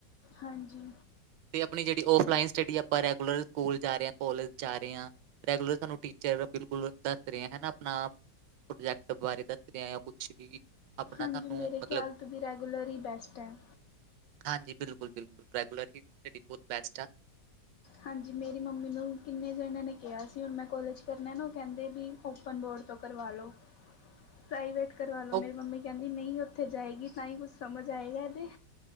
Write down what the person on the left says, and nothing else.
ਹਾਂਜੀ।
ਹਾਂਜੀ
ਮੇਰੇ
ਖਿਆਲ ਤੋਂ ਵੀ ਰੈਗੂਲਰ ਹੀ ਬੈਸਟ ਹੈ।
ਹਾਂਜੀ ਮੇਰੀ ਮੰਮੀ ਨੂੰ ਵੀ ਕਿੰਨੇ ਜਨਾਂ ਨੇ ਕਿਹਾ ਸੀ ਹੁਣ ਮੈਂ ਕੋਲਜ ਕਰਨਾ ਨਾ ਉਹ ਕਹਿੰਦੇ ਵੀ ਓਪਨ ਬੋਰਡ ਕਿਥੋਂ ਕਰਵਾ ਰਹੇ ਹੋ? ਪ੍ਰਾਈਵੇਟ। ਕਰਵਾ ਲੋ
ਮੇਰੀ ਮੰਮੀ ਕੈਂਦੀ ਨਹੀਂ ਉੱਥੇ ਜਾਏਗੀ ਤਾਂ ਹੀ ਕੁੱਝ ਸਮਝ ਆਏਗਾਦੇ